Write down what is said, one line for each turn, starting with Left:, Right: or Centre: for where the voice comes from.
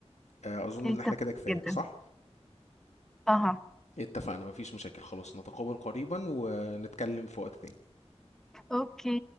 Left: آه، أظن
Centre: اتفقنا
Left: إن إحنا كده كفاية
Centre: جدا
Left: صح؟
Centre: اها
Left: اتفقنا مفيش مشاكل خلاص نتقابل قريبا ونتكلم في وقت تاني
Centre: اوكي